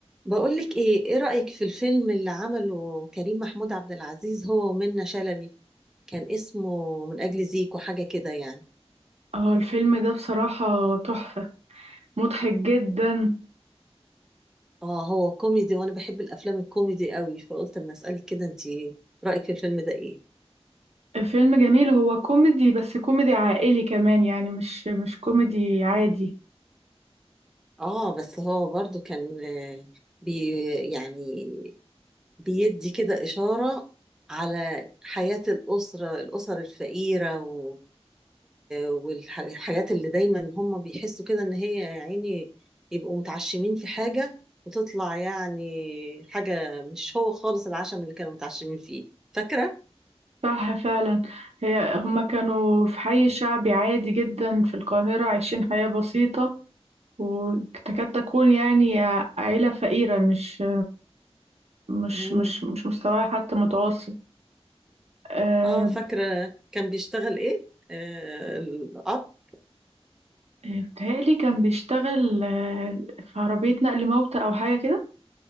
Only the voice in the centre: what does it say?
بقولك ايه ايه رأيك في الفيلم اللي عمله كريم محمود عبد العزيز هو ومنة شلبي كان اسمه من أجل زيكو حاجة كده يعني
اه هو كوميدي وانا بحب الافلام الكوميدي قوي فقلت اما اسألك كده انت رأيك في الفيلم ده ايه
اه بس هو برضو كان آه، بي يعني بيدي كده إشارة على حياة الأسرة الأسر الفقيرة و- والحاجات اللي دايما هم بيحسوا كده ان هي يا عيني يبقوا متعشمين في حاجة وتطلع يعني حاجة مش هو خالص العشم اللي كانوا متعشمين فيه فاكرة؟
مم.
اه فاكرة كان بيشتغل ايه؟ آه الأب